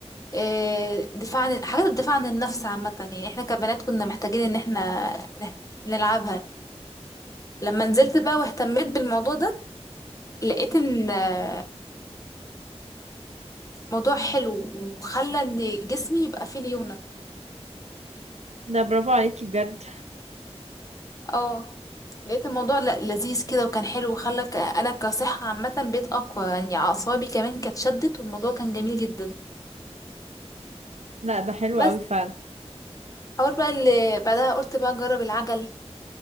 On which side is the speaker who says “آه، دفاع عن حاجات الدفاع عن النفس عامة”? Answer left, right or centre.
Left